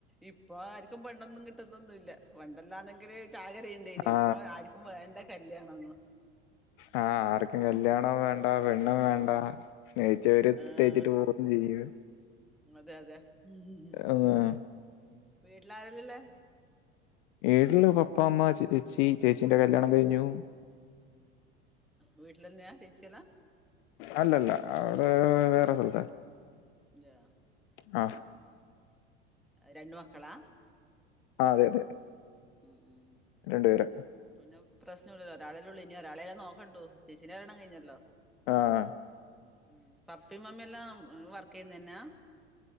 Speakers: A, in the centre; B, on the left.
A: ഇപ്പൊ ആർക്കും പെണ്ണൊന്നും കിട്ടുന്നൊന്നുമല്ല പണ്ടെല്ലാണെങ്കില് ചാകര ഇപ്പഉണ്ടേനി
B: ആ
A: ഇപ്പൊ ആർക്കും വേണ്ട കല്യാണോന്ന്
B: ആഹ് ആർക്കും കല്യാണവും വേണ്ട പെണ്ണും വേണ്ട സ്നേഹിച്ചവര്
A: ആഹ്
B: തേച്ചിട്ട് പോ ജീവ
A: അതെ അതെ ഉം
B: ഉം.
A: വീട്ടിലാരുല്ലല്ലേ
B: വീട്ടില് പപ്പാ അമ്മ ചേച്ചി ചേച്ചീന്റെ കല്യാണം കഴിഞ്ഞു.
A: വീട്ടിലന്ന്യാ ചേച്ചിയെല്ലാ
B: അല്ലല്ല അവര് വേറെ സ്ഥലത്താ
A: തേ ആഹ്
B: ആ
A: രണ്ട് മക്കളാ.
B: ആഹ് അതെ അതെ
A: ഉം ഉം
B: രണ്ടു പേരാ
A: പിന്നെ പ്രശ്നമില്ലല്ലോ ഒരാളല്ലേ ഉള്ളൂ ഇനി ഒരാളെല്ലാ നോക്കണ്ടു ചേച്ചിനെ കല്യാണം കഴിഞ്ഞല്ലോ
B: ആഹ്
A: ഉം പപ്പയും മമ്മില്ലാം വർക്ക് ചെയ്യുന്ന തന്നാ.